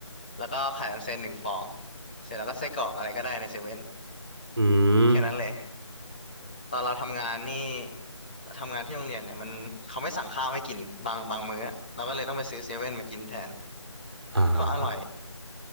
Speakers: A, on the left; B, on the right.
A: แล้วก็ไข่ออนเซ็นหนึ่งฟองเสร็จแล้วก็ไส้กรอกอะไรก็ได้ในเซเว่น
B: อืม
A: แค่นั้นเลยตอนเราทำงานนี่ทำงานที่โรงเรียนเนี่ยมันเขาไม่สั่งข้าวให้กินบางบางมื้ออะเราก็เลยต้องไปซื้อเซเว่นมากินแทน
B: อ่า
A: ก็อร่อย